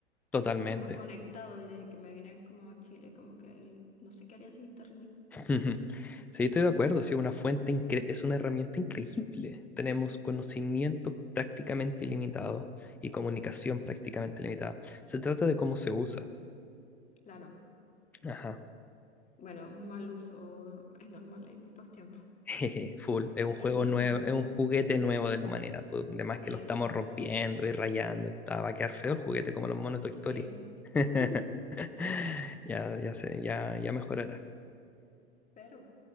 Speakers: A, in the centre; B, on the left.
A: totalmente.
B: Estás más conectado y desde que me vine como a Chile, como que no sé qué haría sin internet.
A: <laughs> Ujú. Sí, estoy de acuerdo, sí, una fuente incre- es una herramienta increíble. Tenemos conocimiento prácticamente ilimitado y comunicación prácticamente limitada. Se trata de cómo se usa.
B: Claro.
A: Ajá. <laughs>
B: Bueno, un mal uso es normal en estos tiempos.
A: Jeje, Full, es un juego
B: <laughs>
A: nuevo, es un juguete nuevo de la humanidad. pues, Además
B: Sí,
A: que lo estamos rompiendo y rayando y está, va a quedar feo el juguete como los monos de
B: sí.
A: Toy Story. <laughs>
B: <laughs>
A: Ya, ya sé, ya, ya mejorará.
B: Pero